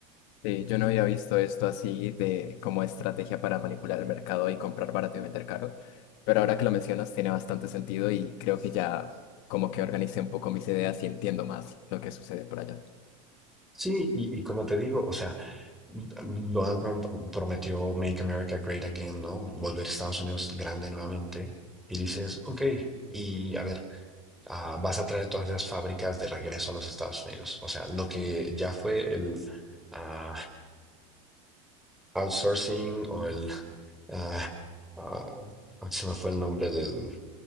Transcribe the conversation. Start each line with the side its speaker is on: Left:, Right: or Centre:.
Left: Sí, yo no había visto esto así de como estrategia para manipular el mercado y comprar barato y vender caro, pero ahora que lo mencionas tiene bastante sentido y creo que ya como que organicé un poco mis ideas y entiendo más lo que sucede por allá.
Centre: Sí, y, y como te digo, o sea, Donald Trump prometió Make America Great Again, ¿no? Volver a Estados Unidos grande nuevamente. Y dices, ok, y a ver, ah, vas a traer todas esas fábricas de regreso a los Estados Unidos. O sea, lo que ya fue el ah, outsourcing o el... ah, ah, se me fue el nombre del...